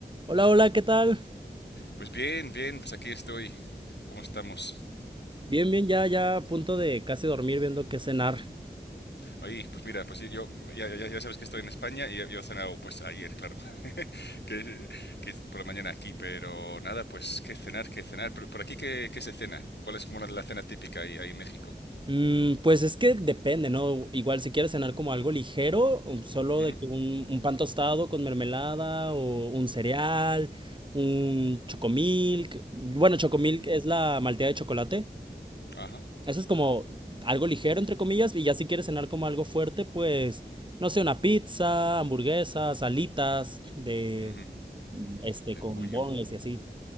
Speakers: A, on the right (about 25°); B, on the left (about 75°).
A: Hola, hola, ¿qué tal?
B: Pues bien, bien, pues aquí estoy. ¿Cómo estamos?
A: Bien, bien, ya, ya a punto de casi dormir viendo qué cenar.
B: Ahí, pues mira, pues yo ya, ya- ya sabes que estoy en España y yo, yo he cenado pues ayer, claro, <laughs> que, que es por la mañana aquí, pero nada, pues qué cenar, qué cenar. Pero, por aquí, ¿qué, qué se cena? ¿Cuál es como la, la cena típica ahí, ahí en México?
A: Mm, pues es que depende, ¿no? Igual si quieres cenar como algo ligero, o solo
B: Ujú,
A: de que un, un pan tostado con mermelada o un cereal, un chocomilk. Bueno, chocomilk
B: ujú.
A: es la malteada de chocolate.
B: Ajá,
A: Eso es como algo ligero, entre comillas, y ya si quieres cenar como algo fuerte, pues, no sé, una pizza, hamburguesas, alitas de,
B: ujú.
A: mm, este,
B: De
A: con
B: pollo.
A: boneless y así.